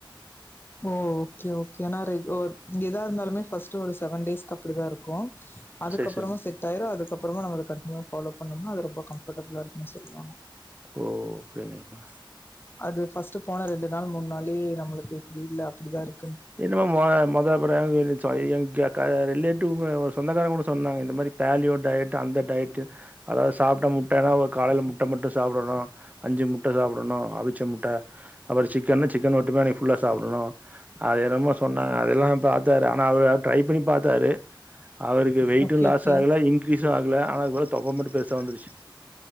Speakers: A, on the left (about 25°); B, on the right (about 20°).
A: ஓ ஓகே ஓகே ஆனா ரெ ஒ எதா இருந்தாலுமே ஃபஸ்ட்டு ஒரு செவன் டேஸ்க்கு அப்டிதான் இருக்கும் அதுக்கப்பறமா
B: சரி சரி
A: செட் ஆயிரும் அதுக்கப்பறம் அப்பறமா நம்ம கண்டினுவ ஃபாலோ பண்ணோம்ன அது ரொம்ப கம்ஃபட்டபுலா இருக்குன்னு சொல்லாங்க
B: ஓ அப்டிங்களா
A: அது ஃபர்ஸ்ட் போன ரெண்டு நாள் மூணு நாள்ளே நம்மளுக்கு இப்டி இல்ல அப்டிதான் இருக்கும்
B: <unintelligible> க ரிலேட்டிவ் ஒரு சொந்தக்காரன் கூட சொன்னாங்க இந்த மாதிரி பேலியோ டயட் அந்த டயட் அதாவது சாப்பிட்ட முட்டன்னா ஒரு காலையில முட்ட மட்டும் சாப்பிடணும் அஞ்சு முட்ட சாப்பிடணும் அவிச்ச முட்ட அப்பறம் சிக்கனா சிக்கன் மட்டுமே அன்னைக்கு ஃபுல்லா சாப்டணும் அது ரொம்ப சொன்னாங்க அதெல்லாம் பாத்தாரு ஆன அவர் ட்ரை பண்ணி பார்த்த தாரு அவருக்கு வெயிடிட்டும்
A: ஓகே
B: லாஸ்
A: ஓகே
B: ஆகல இங்கிரீஸும் ஆகல ஆனா அதுக்கப்பறம் தொப்ப மட்டும் பெருசா வந்துருச்சு